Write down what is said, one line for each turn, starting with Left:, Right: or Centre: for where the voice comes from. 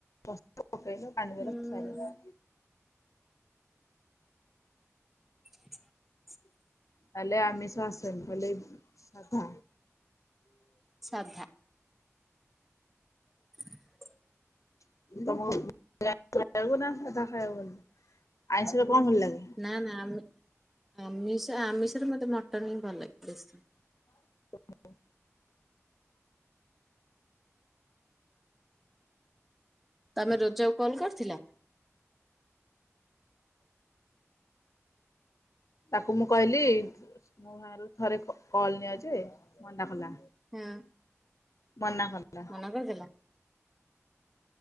Left: ମସଲା ପକେଇଲେ ପାଣି
Centre: ହୁଁ
Left: ଦେଲ ସଇଲା।
Centre: <inaudible>
Left: ତାହାଲେ ଆମିଷ ଆସେନି ଖାଲି ସାଧ।
Centre: ସାଧା। <inaudible>
Left: <unintelligible> ସାଧା ଖାଇବାକୁ ଭଲ ଲାଗେ ଆଇଁଷ ସରେ କଣ ଭଲ ଲାଗେ?
Centre: ନା ନା ଆମି ଆମିଷ ଆମିଷରେ ମୋତେ ମଟନ୍ ହିଁ ଭଲ ଲାଗେ ବେଶି।
Left: <unintelligible>
Centre: ତମେ ରୋଜାକୁ କଲ୍ କରିଥିଲ?
Left: ତାକୁ ମୁଁ କହିଲି <unintelligible> ମୋ ଭାରୁ ଥରେ କ କଲ୍ ନିଅ ଯେ ମନା କଲା।
Centre: ହୁଁ।
Left: ମନା କଲା।
Centre: ଆଗଦେଲା?